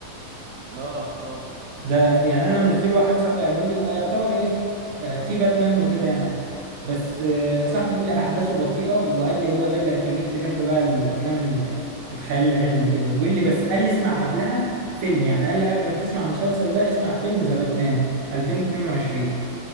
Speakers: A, on the right; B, on the right.
A: اه اه
B: ده يعني انا منزله واحد صاحبي قاله لي هو يعتبر ايه آه في باتمان وكده يعني بس آه
A: اه
B: صاحبي قال لي احداثه بطيئه وقال لي هو ده اللي هيخليك تحب بقى الافلام ال- الخيال العلمي وكده وبيقول لي بس قال لي اسمع قبلها فيلم يعني قال لي قبل ما تسمع المسلسل ده اسمع فيلم ذا باتمان 2022